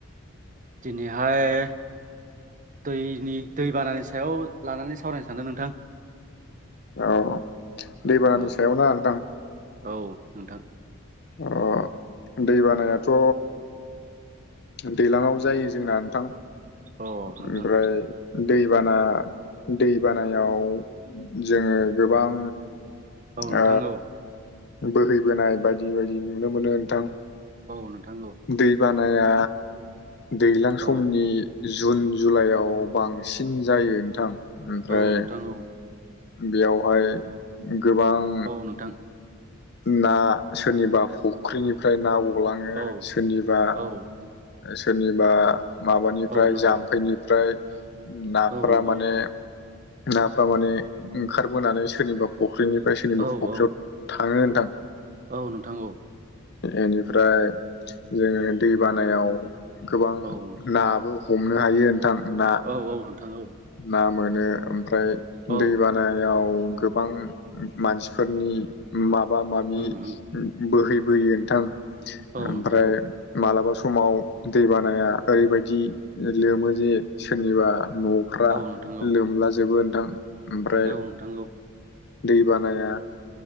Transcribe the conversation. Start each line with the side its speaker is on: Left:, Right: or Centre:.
Right: दिनैहाय दैनि दैबानानि सायाव लानानै सावरायनो सानदों नोंथां
Left: औ दैबानानि
Right: औ
Left: सायावना नोंथां
Right: औ नोंथां
Left: अ दैबानायाथ' दैलाङाव जायो जोंना नोंथां
Right: अ नोंथां
Left: ओमफ्राय दैबाना दैबानायाव जोङो गोबां
Right: औ नोंथां
Left: ओ
Right: औ
Left: बोहैबोनाय बायदि बायदि नुनो मोनो नोंथां
Right: औ नोंथां औ
Left: दैबानाया दैलां
Right: औ
Left: समनि जुन जुलाइआव बांसिन जायो नोंथां ओमफ्राय
Right: औ नोंथां औ
Left: बेयावहाय गोबां
Right: औ नोंथां
Left: ना सोरनिबा फुख्रिनिफ्राय ना गलाङो
Right: औ
Left: सोरनिबा
Right: औ
Left: सोरनिबा माबानिफ्राय
Right: औ नंगौ
Left: जाम्फैनिफ्राय नाफोरा
Right: औ नंगौ
Left: माने
Right: नोंथां
Left: नाफोरा माने ओंखारबोनानै सोरनिबा फ'ख्रिनिफ्राय सोरनिबा
Right: औ
Left: फ'ख्रियाव
Right: औ
Left: थाङो नोंथां।
Right: औ नोंथां औ
Left: बेनिफ्राय जोङो दै बानायाव गोबां
Right: औ
Left: नाबो हमनो हायो नोंथां ना
Right: औ-औ नोंथां औ
Left: ना मोनो ओमफ्राय
Right: औ
Left: दै‌‌ बा नायाव गोबां मानसिफोरनि माबा माबि
Right: उम उम
Left: बोहै बोयो नोंथां
Right: औ
Left: ओमफ्राय
Right: नोंथां औ
Left: मालाबा समाव दै बानाया ओरैबायदि लोमो जे सोरनिबा न'फ्रा
Right: औ नोंथां औ
Left: लोमलाजोबो नोंथां। ओमफ्राय
Right: औ नोंथां औ
Left: दै बानाया